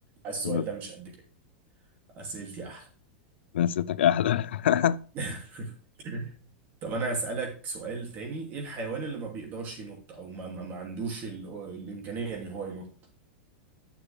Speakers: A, on the right (about 30°); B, on the left (about 85°).
A: السؤال
B: بالظبط
A: ده مش قد كده اسئلتي احلى
B: بس ستك احلى <laughs>
A: <laughs> طب انا هسألك سؤال تاني ايه الحيوان اللي ما بيقدرش ينط او ما, ما, ما عندوش ال... الامكانية ان هو ينط